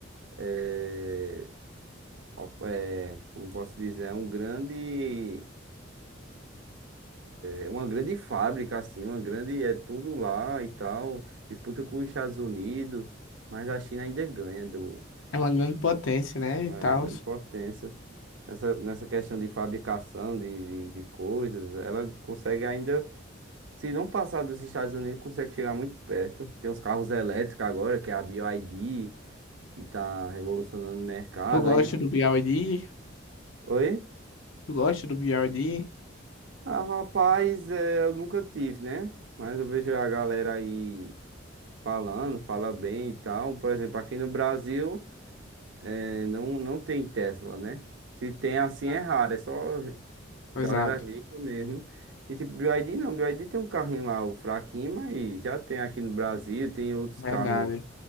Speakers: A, on the right; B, on the left.
A: eh, ó, é, como posso dizer, é um grande, é uma grande fábrica, assim, uma grande, é tudo lá e tal, disputa com os Estados Unidos, mas a China ainda ganha do,
B: É uma grande potência, né?
A: é,
B: E tal.
A: grande potência. Nessa, nessa questão de fabricação de, de, de coisas, ela consegue ainda, se não passar dos Estados Unidos, consegue chegar muito perto. Tem os carros elétricos agora, que é a BYD, que está revolucionando o mercado,
B: Tu gosta
A: ainda...
B: do BYD?
A: Oi?
B: Tu gosta do BYD?
A: Ah, rapaz, é, eu nunca tive, né? Mas eu vejo a galera aí falando, fala bem e tal. Por exemplo, aqui no Brasil, é, não, não tem Tesla, né? Se tem assim
B: Ah,
A: é raro, é só galera
B: Exato.
A: rica mesmo. E tipo, BYD não, BYD tem um carrinho lá, o fraquinho, mas já tem aqui no Brasil, tem outros
B: Verdade.
A: carros,